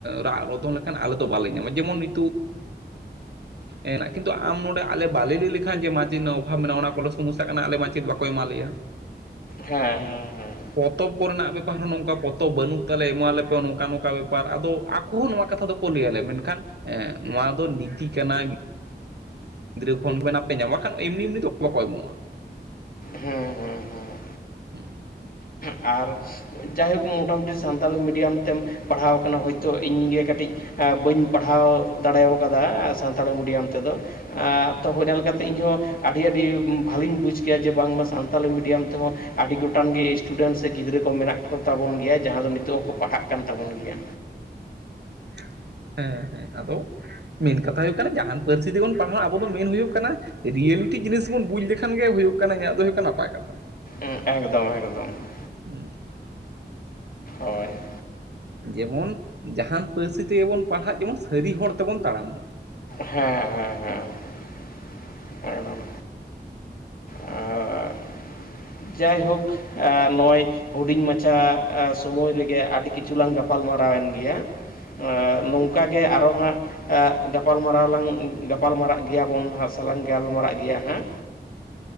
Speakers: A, on the right (about 70°); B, on the left (about 55°).
A: ᱨᱟᱜ ᱨᱚᱫᱦᱚᱱ ᱞᱮᱠᱷᱟᱱ ᱟᱞᱮ ᱫᱚ ᱵᱟᱞᱮ ᱧᱟᱢᱟ ᱡᱮᱢᱚᱱ ᱱᱤᱛᱚᱜ, ᱮᱸ ᱠᱤᱱᱛᱩ ᱟᱢ ᱱᱚᱸᱰᱮ ᱟᱞᱮ ᱵᱟᱞᱮ ᱞᱟᱹᱭ ᱞᱮᱠᱷᱟᱱ ᱡᱮ ᱢᱟᱪᱮᱫ ᱱᱚᱣᱟ ᱨᱮᱱᱟᱜ ᱚᱵᱷᱟᱵᱽ ᱢᱮᱱᱟᱜᱼᱟ ᱚᱱᱟ ᱠᱚᱞᱮ ᱥᱚᱢᱚᱥᱥᱟ ᱠᱟᱱᱟ ᱟᱞᱮ ᱢᱟᱪᱮᱫ ᱵᱟᱠᱚ ᱮᱢᱟ ᱞᱮᱭᱟ᱾
B: ᱦᱮᱸᱼᱦᱮᱸᱼᱦᱮᱸ,
A: ᱯᱚᱛᱚᱵ ᱠᱚᱨᱮᱱᱟᱜ ᱵᱮᱯᱟᱨ ᱦᱚᱸ ᱱᱚᱝᱠᱟ ᱯᱚᱛᱚᱵ ᱵᱟᱹᱱᱩᱜ ᱛᱟᱞᱮ ᱮᱢᱟᱞᱮᱯᱮ ᱱᱚᱝᱠᱟ ᱵᱚᱝᱠᱟ ᱵᱮᱯᱟᱨ ᱟᱫᱚ ᱟᱠ ᱠᱳᱦᱚ ᱱᱚᱣᱟ ᱠᱟᱛᱷᱟ ᱫᱚᱠᱚ ᱞᱟᱹᱭ ᱟᱞᱮᱭᱟ ᱢᱮᱱᱠᱷᱟᱱ ᱮᱸ ᱱᱚᱣᱟ ᱫᱚ ᱱᱤᱛᱤ ᱠᱟᱱᱟ᱾ ᱜᱤᱫᱽᱨᱟᱹ ᱠᱷᱚᱱ ᱜᱮ ᱱᱟᱦᱟᱜ ᱯᱮ ᱧᱟᱢᱟ ᱵᱟᱠᱷᱟᱱ ᱮᱢᱱᱤ ᱮᱢᱱᱤ ᱫᱚ ᱵᱟᱠᱚ ᱮᱢᱚᱜᱼᱟ᱾
B: ᱦᱮᱸᱼᱦᱮᱸᱼᱦᱮᱸ,
A: ᱦᱩᱸ,
B: ᱟᱨ ᱡᱟᱭᱦᱳᱠ ᱢᱚᱴᱟᱢᱩᱴᱤ ᱥᱟᱱᱛᱟᱞᱤ ᱢᱤᱰᱤᱭᱟᱢ ᱛᱮᱢ ᱯᱟᱲᱦᱟᱣ ᱟᱠᱟᱱᱟ ᱦᱚᱳᱭᱛᱚ ᱤᱧ ᱜᱮ ᱠᱟᱴᱤᱡ ᱮᱸ ᱵᱟᱹᱧ ᱯᱟᱲᱦᱟᱣ ᱫᱟᱲᱮᱣ ᱟᱠᱟᱫᱟ ᱥᱟᱱᱛᱟᱲᱤ ᱢᱤᱰᱤᱭᱟᱢ ᱛᱮᱫᱚ᱾ ᱟᱸ, ᱛᱚ ᱦᱳ ᱧᱮᱞ ᱠᱟᱛᱮ ᱤᱧ ᱦᱚᱸ ᱟᱰᱤ ᱟᱹᱰᱤ ᱩᱸ ᱵᱷᱟᱞᱤᱧ ᱵᱩᱡᱽ ᱠᱮᱭᱟ ᱡᱮ ᱵᱟᱝᱢᱟ ᱥᱟᱱ ᱛᱟᱞᱤ ᱢᱤᱰᱤᱭᱟᱢ ᱛᱮᱦᱚᱸ ᱟᱰᱤ ᱜᱚᱴᱟᱝ ᱜᱮ ᱤᱥᱴ ᱴᱩᱰᱮᱱᱥ ᱥᱮ ᱜᱤᱫᱽᱨᱟᱹ ᱠᱚ ᱢᱮᱱᱟᱜ ᱠᱚᱛᱟᱵᱚᱱ ᱜᱮᱭᱟ ᱡᱟᱦᱟᱸ ᱫᱚ ᱱᱤᱛᱚᱜ ᱦᱚᱸᱠᱚ ᱯᱟᱲᱦᱟᱜ ᱠᱟᱱ ᱛᱟᱵᱚᱱ ᱜᱮᱭᱟ᱾
A: ᱯ-ᱪᱟᱜ, ᱦᱮᱸ ᱦᱮᱸ ᱟᱫᱚ ᱢᱮᱱ ᱠᱟᱛᱷᱟ ᱦᱳᱭᱳᱜ ᱠᱟᱱᱟ ᱡᱟᱦᱟᱱ ᱯᱟᱹᱨᱥᱤ ᱛᱮᱵᱚᱱ ᱯᱟᱲᱦᱟᱜ ᱟᱵᱚ ᱫᱚ ᱢᱮᱱ ᱦᱳᱭᱳᱜ ᱠᱟᱱᱟ ᱨᱤᱭᱮᱹᱞᱤᱴᱤ ᱡᱤᱱᱤᱥ ᱵᱚᱱ ᱵᱩᱡᱽ ᱞᱮᱠᱷᱟᱱ ᱜᱮ ᱦᱩᱭᱩᱜ ᱠᱟᱱᱟ ᱤᱧᱟᱹᱜ ᱫᱚ ᱦᱩᱭᱩᱜ ᱠᱟᱱᱟ ᱱᱟᱯᱟᱭ ᱠᱟᱛᱷᱟ᱾
B: ᱩᱸ, ᱮᱠᱫᱚᱢ ᱮᱠᱫᱚᱢ ᱾
A: ᱷᱩᱸᱦ ᱥᱟᱜ ᱾
B: ᱦᱚᱭ ᱾
A: ᱡᱮᱢᱚᱱ ᱡᱟᱦᱟᱱ ᱯᱟᱹᱨᱥᱤ ᱛᱮᱜᱮ ᱵᱚᱱ ᱯᱟᱲᱦᱟᱜ ᱡᱮᱢᱚᱱ ᱥᱟᱹᱨᱤ ᱦᱚᱲ ᱛᱮᱵᱚᱱ ᱛᱟᱲᱟᱢ ᱢᱟ᱾
B: ᱷᱮᱸᱦᱼᱦᱮᱸᱼᱦᱮᱸ ᱾ ᱮᱠᱫᱚᱢ ᱟ ᱾ ᱡᱟᱭᱦᱳᱠ, ᱮᱸ ᱱᱚᱜᱼᱚᱭ ᱦᱩᱰᱤᱧ ᱢᱟᱪᱷᱟ ᱟ ᱥᱚᱢᱚᱭ ᱨᱮᱜᱮ ᱟᱰᱤ ᱠᱤᱪᱷᱩ ᱞᱟᱝ ᱜᱟᱯᱟᱞᱢᱟᱨᱟᱣ ᱮᱱ ᱜᱮᱭᱟ᱾ ᱮᱸ, ᱱᱚᱝᱠᱟ ᱜᱮ ᱟᱨᱚ ᱦᱟᱸᱜ ᱮᱸ ᱜᱟᱯᱟᱞᱢᱟᱨᱟᱣ ᱞᱟᱝ ᱜᱟᱯᱟᱞ ᱢᱟᱨᱟᱜ ᱜᱮᱭᱟᱵᱚᱱ ᱦᱟᱸᱜ ᱥᱮ ᱞᱟᱝ ᱜᱟᱞᱢᱟᱨᱟᱜ ᱜᱮᱭᱟ ᱦᱮᱸᱦ